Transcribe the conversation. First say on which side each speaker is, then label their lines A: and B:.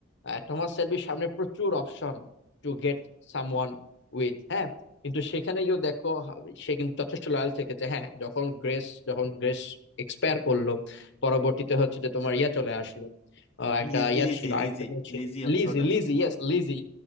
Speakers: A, on the left; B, on the left.
A: আহ, টমাস শেলবির সামনে প্রচুর option to get someone with হ্যাঁ কিন্তু সেখানে গিয়েও দেখো হা- সে কিন্তু যথেষ্ট লয়াল থেকেছে হ্যাঁ যখন গ্রেস যখন গ্রেস এক্সপায়ার করলো পরবর্তীতে হচ্ছে যে তোমার ইয়া চলে আসলো আহ, একটা
B: লিজ-
A: ইয়া
B: লিজি
A: ছিল
B: লিজি
A: আরেকটা মেয়ে ছিল
B: লিজি হচ্ছে
A: লিজি লিজি ইয়েস লিজি